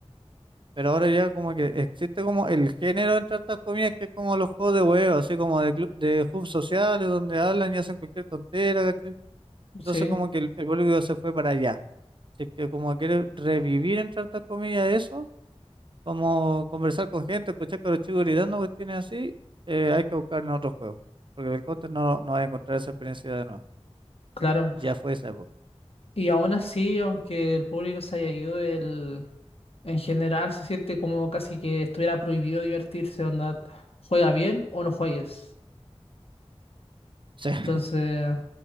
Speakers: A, on the right; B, on the left.
A: Pero ahora ya como que existe como el género entre estas comidas que es como los juegos de huevo, así como de, clu- de hubs sociales donde hablan y hacen cualquier tontera, ¿cachai? Entonces
B: Sí,
A: como que el, el público se fue para allá. Así que como quiere revivir entre estas comidas eso, como conversar con gente, escuchar que los chicos gritando cuestiones así, eh, hay que buscar en otro juego. Porque en el counter no, no va a encontrar esa experiencia de nuevo.
B: claro.
A: Ya fue esa época.
B: Y aún así, aunque el público se haya ido, el, en general se siente como casi que estuviera prohibido divertirse, onda, juega bien o no juegues.
A: <laughs>
B: Entonces,